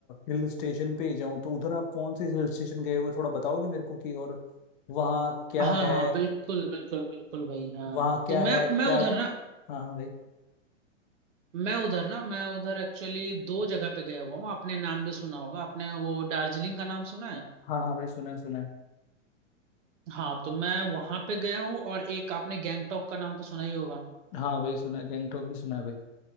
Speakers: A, on the left; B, on the right.
A: हिल स्टेशन पे ही जाऊँ तो उधर आप कौन से हिल स्टेशन गए हुए थोड़ा बताओगे मेरे को कि और वहाँ क्या
B: हाँ
A: है
B: हाँ बिल्कुल बिल्कुल बिल्कुल भाई हाँ
A: वहाँ क्या
B: तो मैं
A: है
B: मैं
A: क्या
B: उधर ना
A: हाँ हाँ भाई
B: मैं उधर ना मैं उधर एक्चुअली दो जगह पे गया हुआ हूँ आपने नाम भी सुना होगा आपने वो दार्जिलिंग का नाम सुना है
A: हाँ हाँ भाई सुना है सुना है
B: हाँ तो मैं वहां पे गया हूँ और एक आपने गैंगटॉक का नाम तो सुना ही होगा
A: हाँ भाई सुना है गैंगटॉक भी सुना है भाई